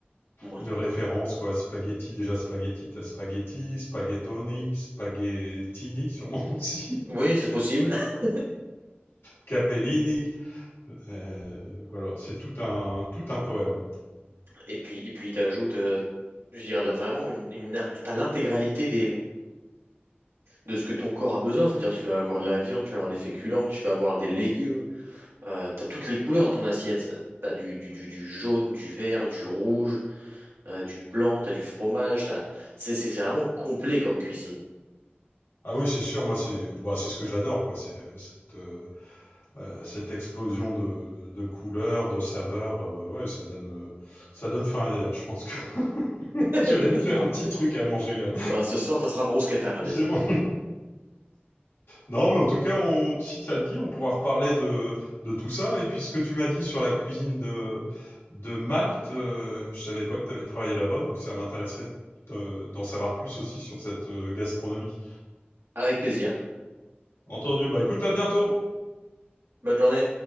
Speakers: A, on the right; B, on the left.
A: moi
B: de
A: non
B: références,
A: plus.
B: quoi. Spaghetti, déjà spaghetti, t'as spaghetti, spaghettoni,
A: Euh,
B: spaghettini, sûrement <laughs> aussi.
A: oui, c'est possible. <laughs>
B: Capellini. Euh, voilà, c'est tout un, tout un poème.
A: Et puis, et puis, t'ajoutes, euh, je veux dire, là, vraiment, une, une, t'as l'intégralité des, de ce que ton corps a besoin. C'est-à-dire, tu vas avoir de la viande, tu vas avoir des féculents, tu vas avoir des légumes. Euh, t'as toutes les couleurs dans ton assiette. T'as du, du, du, du jaune, du vert, du rouge. euh, du blanc, t'as du fromage, t'as... C'est, c'est, c'est vraiment complet comme cuisine.
B: Ah oui, c'est sûr, moi, c'est bah, c'est ce que j'adore, quoi. C'est le- cette, euh, euh, cette explosion de, de couleurs, de saveurs. euh, ouais, ça donne, euh, ça donne faim, d'ailleurs. Je pense que <laughs> je
A: <laughs>
B: vais aller me faire un petit truc à manger, là.
A: Voilà, ce soir, ça sera brusquette à la
B: J'ai
A: maison.
B: mon... Non, mais en tout cas, on, si ça te dit, on pourra reparler de, de tout ça. Et puis, ce que tu m'as dit sur la cuisine de, de Malte, euh, je savais pas que tu avais travaillé là-bas, donc ça m'intéresserait euh, d'en savoir plus aussi sur cette euh, gastronomie.
A: Avec plaisir.
B: Entendu, bah écoute, à bientôt!
A: Bonne journée.